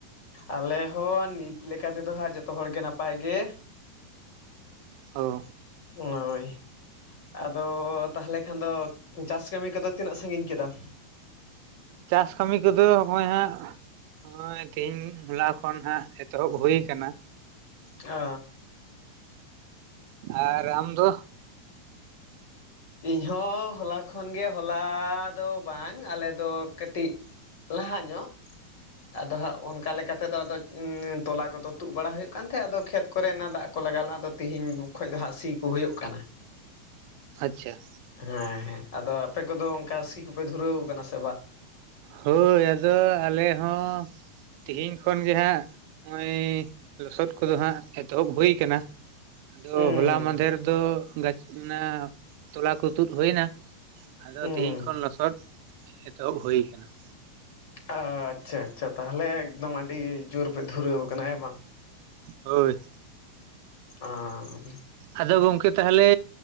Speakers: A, on the left; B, on the right.
A: ᱟᱞᱮ ᱦᱚᱸ ᱱᱤᱛ ᱞᱮᱠᱟᱛᱮᱫᱚ ᱦᱟᱸᱜ ᱡᱚᱛᱚ ᱦᱚᱲᱜᱮ ᱱᱟᱯᱟᱭ ᱜᱮ᱾
B: ᱚ,
A: ᱦᱳᱭ, ᱟᱫᱚ ᱛᱟᱦᱚᱞᱮ ᱠᱷᱟᱱ ᱫᱚ ᱪᱟᱥ ᱠᱟᱹᱢᱤ ᱠᱚᱫᱚ ᱛᱤᱱᱟᱹᱜ ᱥᱟᱺᱜᱤᱧ? ᱠᱮᱫᱟᱢ
B: ᱪᱟᱥ ᱠᱟᱹᱢᱤ ᱠᱚᱫᱚ ᱦᱚᱜᱼᱚᱭ ᱦᱟᱸᱜ, ᱱᱚᱜ-ᱚᱭ ᱛᱮᱦᱮᱧ ᱦᱚᱞᱟ ᱠᱷᱚᱱ ᱦᱟᱸᱜ ᱮᱛᱚᱦᱚᱵ ᱦᱩᱭ ᱠᱟᱱᱟ᱾
A: ᱚ,
B: ᱟᱨ ᱟᱢ ᱫᱚ?
A: ᱤᱧ ᱦᱚ ᱦᱚᱞᱟ ᱠᱷᱚᱱᱜᱮ ᱦᱚᱞᱟ ᱫᱚ ᱵᱟᱝ ᱟᱞᱮᱫᱚ ᱠᱟᱹᱴᱤᱡ ᱞᱟᱦᱟ ᱧᱚᱜ ᱟᱫᱚ ᱦᱟᱸᱜ ᱚᱱᱠᱟ ᱞᱮᱠᱟᱛᱮᱫᱚ ᱟᱫᱚ ᱩᱸ ᱛᱚᱞᱟ ᱠᱚᱫᱚ ᱛᱩᱫ ᱵᱟᱲᱟ ᱦᱩᱭᱩᱜ ᱠᱟᱱ ᱛᱟᱦᱮᱸᱫ ᱟᱫᱚ ᱠᱷᱮᱛ ᱠᱚᱨᱮ ᱚᱱᱟ ᱫᱟᱜ ᱠᱚ ᱞᱟᱜᱟᱣ ᱞᱮᱱᱟ ᱟᱫᱚ ᱛᱤᱦᱤᱧ ᱠᱷᱚᱡ ᱫᱚ ᱦᱟᱸᱜ ᱥᱤ ᱠᱚ ᱦᱩᱭᱩᱜ ᱠᱟᱱᱟ᱾
B: ᱟᱪᱪᱷᱟ,
A: ᱦᱮᱸ ᱦᱮᱸ, ᱟᱫᱚ ᱟᱯᱮ ᱠᱚᱫᱚ ᱚᱱᱠᱟ ᱥᱤ ᱠᱚᱯᱮ ᱫᱷᱩᱨᱟᱹᱣ ᱟᱠᱟᱱᱟ ᱥᱮᱼᱼ
B: ᱦᱳᱭ ᱟᱫᱚ, ᱟᱞᱮ ᱦᱚᱸᱼᱼ ᱛᱮᱦᱮᱧ ᱠᱷᱚᱱ ᱜᱮ ᱦᱟᱸᱜ ᱱᱚᱜᱼᱚᱭ ᱞᱚᱥᱚᱫ ᱠᱚᱫᱚ ᱦᱟᱸᱜ ᱮᱛᱚᱦᱚᱵ ᱦᱩᱭ ᱠᱟᱱᱟ ᱾ ᱟᱫᱚ
A: ᱦᱩᱸ
B: ᱦᱚᱞᱟ ᱢᱟᱦᱫᱮᱨᱼᱼ ᱛᱚ ᱟᱫᱚ ᱜᱟᱪᱤ ᱚᱱᱟ ᱛᱚᱞᱟ ᱠᱚ ᱛᱩᱫ ᱦᱩᱭ ᱮᱱᱟ, ᱟᱫᱚ
A: ᱦᱩᱸ
B: ᱛᱮᱦᱮᱧ ᱠᱷᱚᱱ ᱞᱚᱥᱚᱫᱼᱼ ᱮᱛᱚᱦᱚᱵ ᱦᱩᱭ ᱟᱠᱟᱱᱟ ᱾
A: ᱚ ᱟᱪᱪᱷᱟ ᱟᱪᱪᱷᱟ, ᱛᱟᱦᱚᱞᱮ ᱮᱠᱫᱚᱢ ᱟᱹᱰᱤ ᱡᱳᱨ ᱯᱮ ᱫᱷᱩᱨᱟᱹᱣ ᱟᱠᱟᱱᱟ ᱦᱮ ᱵᱟᱝ ᱾
B: ᱦᱳᱭ
A: ᱟᱸᱨᱼᱼ
B: ᱟᱫᱚ ᱜᱚᱝᱠᱮ ᱛᱟᱦᱚᱞᱮ,